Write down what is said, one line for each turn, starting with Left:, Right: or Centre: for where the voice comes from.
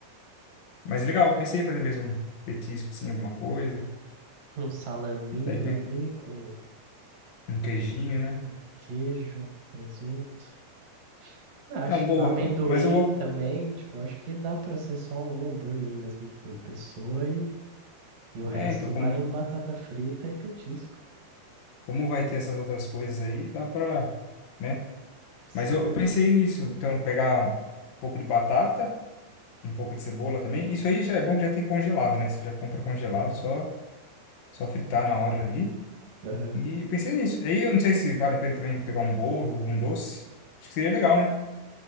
Left: Mas legal, eu pensei em fazer mesmo um petisco, assim, alguma coisa.
Right: Um salaminho
Left: Daí, pe-
Right: ali com
Left: um queijinho, né?
Right: um queijo, presunto. Ah, Acho,
Left: Não, boa.
Right: amendoim
Left: eu- mas eu vou.
Right: também, tipo, acho que dá pra ser só um hambúrguer mesmo por pessoa e, e o resto
Left: É, então, como,
Right: vai em batata frita e petisco.
Left: como vai ter essas outras coisas aí, dá pra. Né?
Right: Sim.
Left: Mas eu, eu pensei nisso. Então, pegar um pouco de batata, um pouco de cebola também. Isso aí já é bom que já tem congelado, né? Você já compra congelado, só. Só fritar na hora ali.
Right: Aham.
Left: E pensei nisso. Aí eu não sei se vale a pena também pegar um bolo ou um doce. Acho que seria legal, né?